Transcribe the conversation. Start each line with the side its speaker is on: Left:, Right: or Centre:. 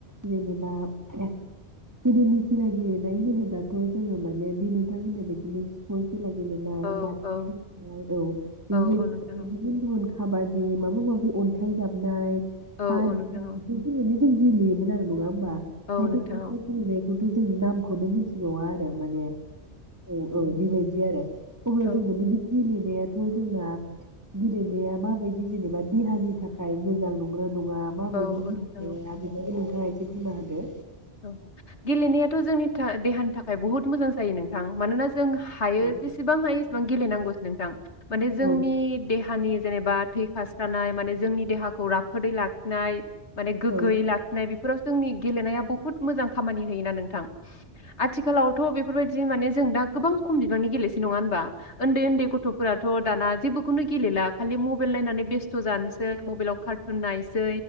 Right: जेनेबा गोदोनि खेला गेलेनाय होनोबाथ' जोङो माने बे नोंथां होन्नाय बादिनो स्पर्टस खेला गेलेनाय
Left: औ
Right: बाथा
Left: औ
Right: गेलेनाय औ बेफोरबायदि
Left: औ औ नोंथां औ
Right: गुबुन गुबुन खाबादि माबा माबि अन्था थाइ जाबनाय
Left: औ
Right: <inaudible> जों
Left: औ नोंथां औ
Right: गेलेयोमोन आरो नङा होमबा
Left: औ नोंथां औ
Right: <inaudible> खौथ' जों नामखौनो मोनथिबावा माने औ औ बेबायदि आरो <inaudible> नायाथ'
Left: औ
Right: जोंना गेलेनाया माबायदि जेनेबा देहानि थाखाय मोजां नंगोना नं आ माबायदि
Left: औ
Right: <unintelligible>
Left: औ नोंथां औ
Right: <unintelligible> एसे बुंना होदो
Left: औ गेलेनायाथ' जोंनि था देहान थाखाय बुहुत मोजां जायो नोंथां मानोनाज जों हायो
Right: औ
Left: जेसेबां हायो बां गेलेनांगौसो नोंथां माने जोंनि
Right: औ
Left: देहानि जेनेबा थै खास्रानाय माने जोंनि देहाखौ राफोदै लाखिनाय माने गोग्गोयै
Right: औ
Left: लाखिनाय बेफोराव जोंनि गेलेनाया बु बुहुद मोजां खामानि होयोना नोंथां आथिखालावथ' बेफोरबायदि माने जों दा गोबां खम बिबांनि गेलेसै नङा होनबा उन्दै उन्दै गथ'फोराथ' दाना जेबोखौनो गेलेला खालि मबाइल नायनानै बेस्थ' जानोसै सै मबेलाव कारतन नायनोसै